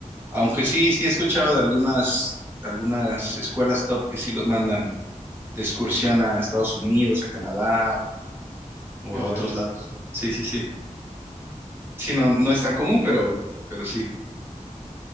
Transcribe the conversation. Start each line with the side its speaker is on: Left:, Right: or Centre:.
Right: Aunque
Centre: Ujú,
Right: sí, sí he escuchado de algunas, algunas escuelas top que sí los mandan de excursión a Estados Unidos, a Canadá o, o
Centre: Qué
Right: a
Centre: guay.
Right: otros lados. Sí, sí, sí. Sí, no, no es tan común, pero, pero sí.